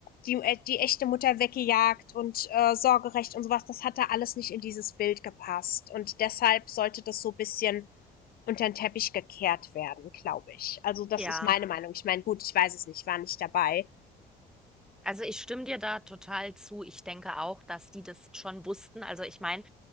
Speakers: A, on the left; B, in the centre.
A: die, äh, die echte Mutter weggejagt und äh, Sorgerecht und sowas, das hat da alles nicht in dieses Bild gepasst. Und deshalb sollte das so ein bisschen unter den Teppich gekehrt werden, glaube ich. Also das
B: Ja.
A: ist meine Meinung. Ich meine, gut, ich weiß es nicht, war nicht dabei.
B: Also ich stimme dir da total zu. Ich denke auch, dass die das schon wussten. Also ich meine,